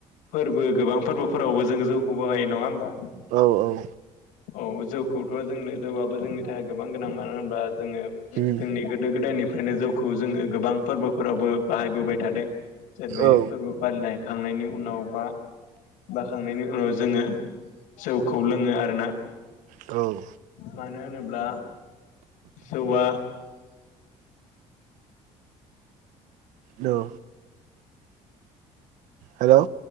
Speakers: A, on the left; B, on the right.
A: फोरबो गोबां फोरबोफोरावबो जोङो जौखौ बाहायो नङा होमबा।
B: औ औ
A: औ जौखौथ जोंनो जौआबो जोंनि थाखाय गोबां गोनां मानो होनबा जोङो
B: उम
A: जोंनि गोदो गोदायनिफ्राय फ्रायनो जौखौ जोङो गोबां फोरबोफोरावबो बाहायबोबाय थादों। सोरबा
B: औ
A: फोरबो फालिनाय खांनायनि उनाव बा बाखांनायनि उनाव जोङो जौखौ लोङो आरोना।
B: औ
A: मानो होनोब्ला जौआ
B: औ हेलौ